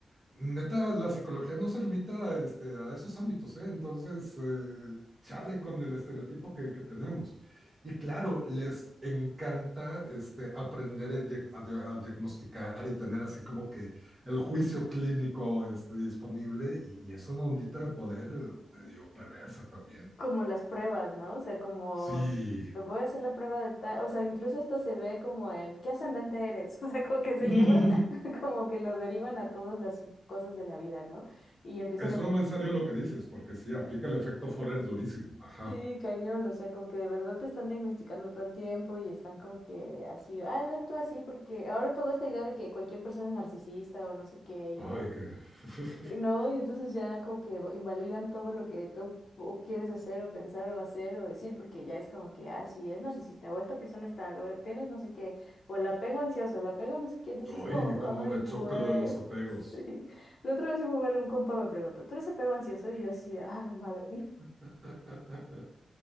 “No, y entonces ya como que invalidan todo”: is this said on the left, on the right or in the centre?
Left